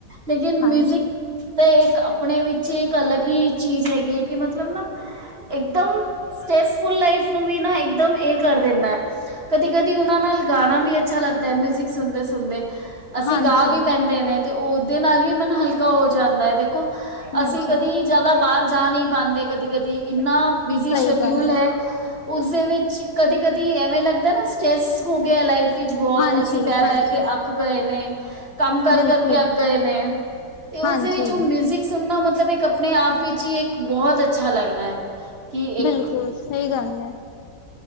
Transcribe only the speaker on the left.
ਹਾਂਜੀ,
ਹਾਂਜੀ,
ਹਾਂਜੀ।
ਸਹੀ
ਗੱਲ
ਹਾਂਜੀ-ਹਾਂਜੀ
ਬਿਲਕੁਲ।
ਹਾਂਜੀ,
ਬਿਲਕੁਲ ਸਹੀ ਗੱਲ ਹੈ।